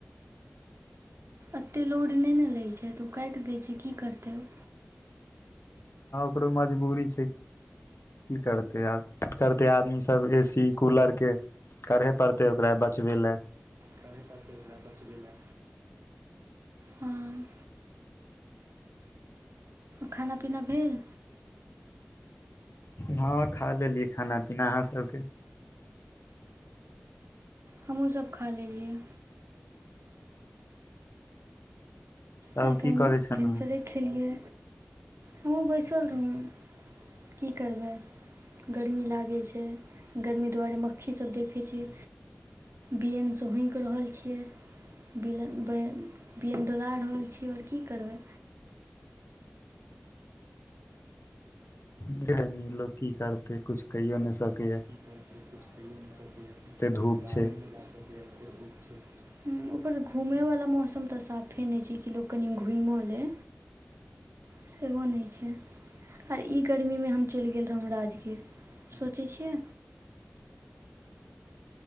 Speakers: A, on the right (about 80°); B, on the left (about 75°).
A: एते लोड नहि ने लै छै तऽ ओ काटि दै छैय की करतय ओ
B: ककरो मजबूरी छै की करतै आब करते आदमी सब एसी कूलर के करहे पड़तै ओकरा ब बच वे लेअ
A: करहे परतय ओकरा बचबय लै हँ खाना पीना भेल
B: हँ खा लेलियै खाना पीना अहाँ सबके
A: हम हूँ सब खा लेलियै
B: तब
A: आइ तऽ
B: की
A: हम
B: करै छलहुँ
A: भिनसरे खेलियै हमहूँ बैसल रहौ की करबै गरमी लागैत छै गरमी दुआरे मक्खी सब ग देख कै छय बियनसँ हौँकि रहल छियै बिलन बै बियन डला रहल छियै छी और की करबै
B: जेमी लोक की करते कुछ कहिओ नहि सकयै
A: कछु कहियो नहि सकैय
B: धूप
A: बाहरो
B: छै
A: नहि जा सकैए एते धूप छै पर घूमैवला मौसम तऽ साफे नहि छै कि लोक कनि घुमिओ लै सेहो नहि छै आर ई गरमी मे हम चलि गेल रहौँ राजगीर सोचै छियै